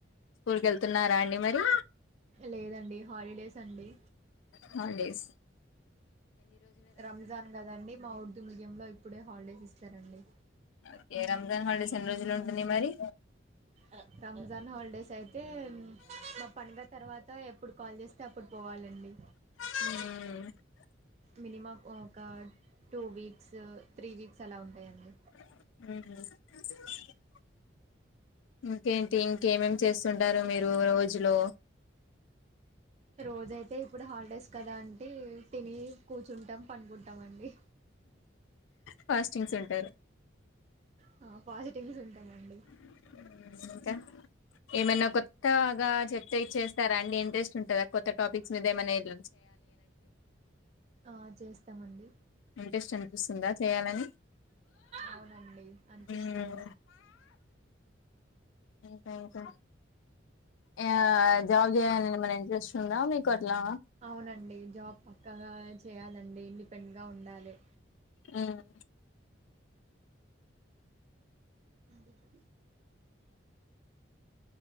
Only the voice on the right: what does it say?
లేదండి హాలిడేస్ అండి
రంజాన్ గాదండి మా ఊరుదుందింలో ఇప్పుడే హాల్డేస్ ఇస్తారండి
అ రంజాన్ హాల్డేస్ అయితే మా పండుగ తర ర్వత ఎప్పుడు కాల్ జేస్తే అప్పుడు పోవాలండి
మినిమం ఒక టూ వీక్స్ త్రీ వీక్స్ అలా ఉంటాయండి
రోజయితే ఇప్పుడు హాల్డేస్ కదా అంటే తిని కూర్చుంటాం పనుగుంటాం అండి
ఆ ఫాస్టింగ్స్ ఉంటామండి
ఆ చేస్తామండి
అవునండి అనిపిస్తుంది
అవునండి జాబ్ పక్కగా చేయాలండి మిక్ ఫెంగ్గా ఉండాలే
అందుకే